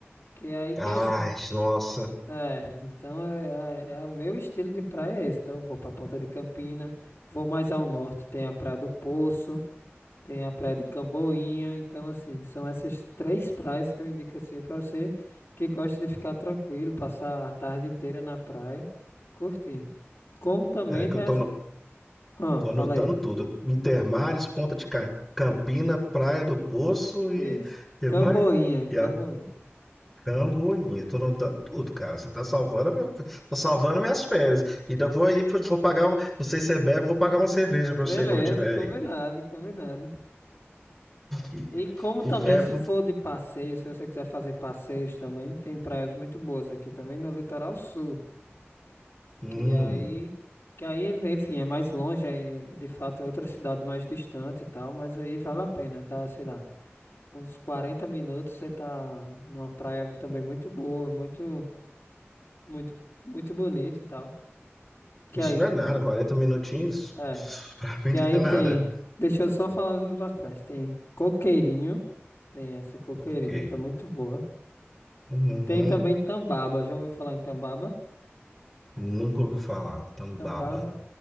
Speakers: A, on the left; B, in the centre.
A: que aí tem
B: ai,
A: os...
B: nossa.
A: É, então é, é- é o meu estilo de praia é esse, então eu vou pra Ponta de Campina, vou mais ao norte, tem a Praia do Poço, tem a praia de Camboinha, então assim, são essas três praias que eu indico assim pra você que gosta de ficar tranquilo, passar a tarde inteira na praia, curtindo. Como também
B: É que
A: tem
B: eu
A: as...
B: tô no,
A: Ah,
B: Tô
A: fala
B: anotando
A: aí.
B: tudo. Intermares, Ponta de Ca- Campina, Praia do Poço
A: Isso.
B: e, e
A: Camboinha,
B: mais? E
A: Camboinha.
B: a Camboinha. Tô anotando tudo, cara. Você tá salvando, meu, tá salvando minhas férias. Ainda vou aí, pro- vou pagar, um- não sei se você bebe, vou pagar uma cerveja pra
A: Beleza,
B: você quando eu tiver
A: combinado,
B: aí.
A: combinado.
B: E-
A: E como também
B: e- é,
A: se
B: pô.
A: for de passeio, se você quiser fazer passeios também, tem praias muito boas aqui também no litoral sul.
B: Hum,
A: Que aí, que aí, enfim, é mais longe, aí, é, de fato é outra cidade mais distante e tal, mas aí vale a pena, tá, sei lá, uns 40 minutos você tá numa praia também muito boa, muito, muito, muito bonita e tal. Que
B: isso
A: aí,
B: não é nada, Quarenta minutinhos,
A: é,
B: pff, pra mim
A: que aí
B: não é
A: tem,
B: nada.
A: deixa eu só falar os nomes das praias, tem Coqueirinho, tem essa Coqueirinho,
B: Ok.
A: que é muito boa.
B: Uhum.
A: Tem também Tambaba, já ouviu falar em Tambaba?
B: Nunca ouvi falar. Tambaba.
A: Tambaba.